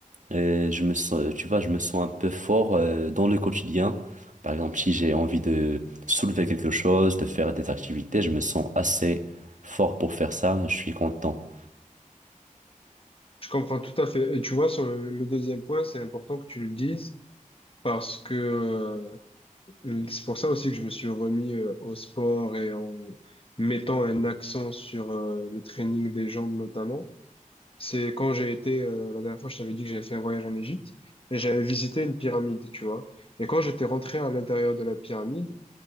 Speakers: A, on the right; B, on the left.
A: euh, je me sens, tu vois, je me sens un peu fort euh, dans le quotidien. Par exemple, si j'ai envie de soulever quelque chose, de faire des activités, je me sens assez fort pour faire ça, je suis content.
B: Je comprends tout à fait. Et tu vois, sur le le deuxième point, c'est important que tu le dises parce que Euh, C'est pour ça aussi que je me suis remis euh, au sport et en mettant un accent sur euh, le training des jambes notamment. C'est quand j'ai été, euh, la dernière fois, je t'avais dit que j'avais fait un voyage en Égypte et j'avais visité une pyramide, tu vois. Et quand j'étais rentré à l'intérieur de la pyramide